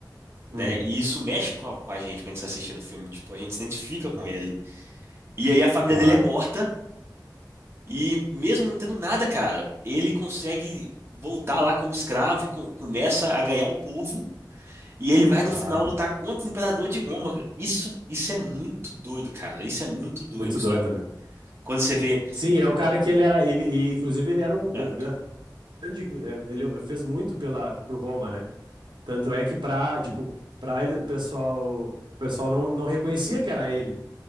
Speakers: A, on the right; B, on the right.
A: Uhum,
B: né? E isso mexe com a, com a gente quando a gente tá assistindo o filme, tipo, a gente se identifica
A: uhum.
B: com ele. E aí a família
A: Claro,
B: dele é morta, e mesmo não tendo nada, cara, ele consegue voltar lá como escravo e co- começa a ganhar o povo E ele vai no
A: claro.
B: final lutar contra o imperador de Roma. cara. Isso, isso é muito doido, cara. Isso é muito doido,
A: Muito
B: sabe?
A: doido, né?
B: Quando você vê,
A: Sim, é um cara que ele era, ele, e, inclusive ele era um gra-
B: ah,
A: grande, eh, ele fez muito pela pro Roma, né? Tanto é que pra, tipo, pra ele, o pessoal, o pessoal não, não reconhecia que era ele.